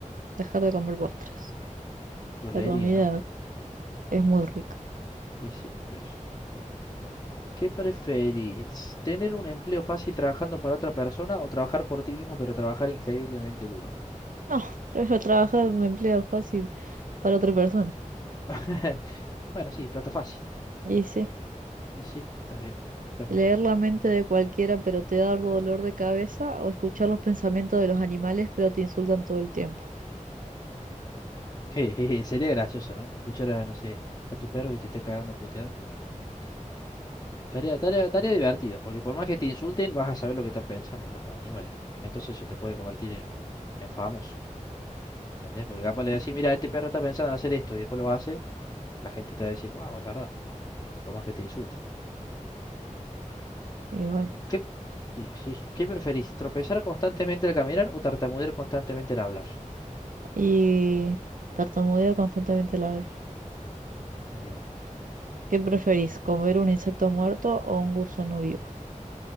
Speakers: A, on the right; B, on the left.
A: dejar de comer postres.
B: Dolería,
A: La comida
B: ¿no?
A: es muy rica.
B: Y sí, por eso. ¿Qué preferís? ¿Tener un empleo fácil trabajando para otra persona o trabajar por ti mismo pero trabajar increíblemente duro?
A: No, trabajo, trabajar un empleo fácil para otra persona.
B: <laughs> Bueno, sí, plata fácil.
A: Y sí,
B: Y Sí, está bien, está muy
A: leer
B: bien.
A: la mente de cualquiera pero te da dolor de cabeza o escuchar los pensamientos de los animales pero te insultan todo el tiempo.
B: <laughs> Jejeje, sería gracioso, ¿no? Escuchar a, no sé, a tu perro que te esté cagando a puteada. Tarea, tarea, tarea divertida, porque por más que te insulten, vas a saber lo que están pensando los animales. Entonces eso te puede convertir en, en famoso, ¿entendés? Porque capaz le decís, mira, este perro está pensando en hacer esto y después lo hace, la gente te va a decir, wow, es verdad, por más que te insulten.
A: Y bueno,
B: ¿Qué, y sí, ¿qué preferís? ¿Tropezar constantemente al caminar o tartamudear constantemente al hablar?
A: y tartamudear constantemente la verdad.
B: Está bien.
A: ¿Qué preferís, comer un insecto muerto o un gusano vivo?